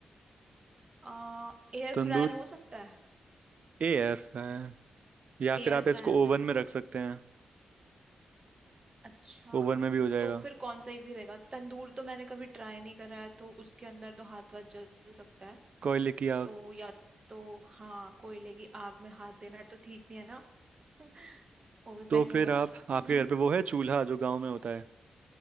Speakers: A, on the right (about 40°); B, on the right (about 60°).
A: आ, एयर
B: तंदूर
A: फ्रायर हो सकता है
B: ए एफ है या
A: एयर
B: फिर आप इसको
A: फ्रायर में
B: ओवन में रख सकते हैं
A: अच्छा
B: ओवन में भी हो जाएगा
A: तो फिर कौन सा इजी रहेगा तंदूर तो मैंने कभी ट्राई नहीं करा है तो उसके अंदर तो हाथ वाथ जल सकता है
B: कोयले की आग
A: तो या तो हाँ कोयले की आग में हाथ देना तो ठीक नहीं है ना <laughs> वो भी
B: तो
A: पहली
B: फिर
A: बार
B: आप
A: <laughs>
B: आपके घर पे वो है चूल्हा जो गांव में होता है